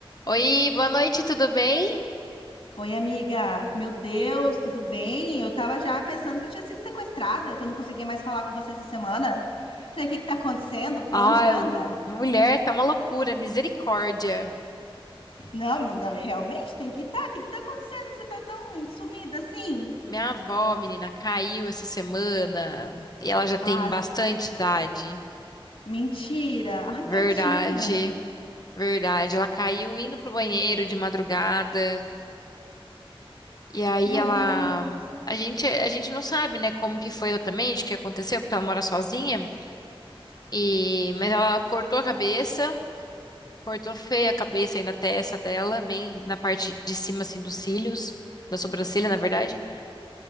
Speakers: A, on the left; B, on the left.
A: Oi, boa noite, tudo bem?
B: Oi, amiga. Meu Deus, tudo bem? Eu tava já pensando que você tinha sido sequestrada, que eu não conseguia mais falar com você essa semana. Falei, o que que tá acontecendo? Por
A: Ai,
B: onde anda?
A: mulher, tá uma loucura, misericórdia.
B: Não, mas não, realmente tem que estar. O que que tá acontecendo que você tá tão sumida assim?
A: Minha avó, menina, caiu essa semana e ela já tem
B: Ah,
A: bastante idade.
B: mentira. Ai,
A: Verdade,
B: tadinha.
A: verdade. Ela caiu indo pro banheiro de madrugada e aí
B: Meu
A: ela,
B: Deus.
A: a gente, a gente não sabe, né, como que foi exatamente, o que aconteceu, porque ela mora sozinha. E, mas ela cortou a cabeça Cortou feia a cabeça aí na testa dela, bem na parte de cima, assim, dos cílios, da sobrancelha, na verdade.